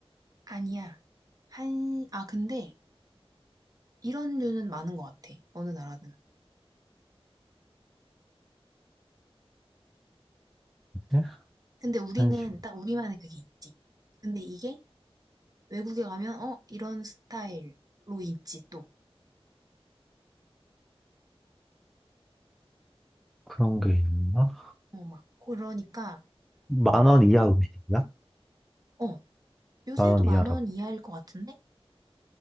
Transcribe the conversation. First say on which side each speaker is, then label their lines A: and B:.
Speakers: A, on the right; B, in the centre.
A: 아니야. 한, 아, 근데 이런 류는 많은 것 같아. 어느 나라든.
B: 뭐지?
A: 근데 우리는
B: 한식
A: 딱 우리만의 그게 있지. 근데 이게 외국에 가면, 어, 이런 스타일로 있지, 또.
B: 그런 게 있나?
A: 어, 막, 그러니까, 뭐,
B: 만 원 이하 음식이야?
A: 어, 요새도
B: 만 원 이하라고.
A: 만원 이하일 것 같은데?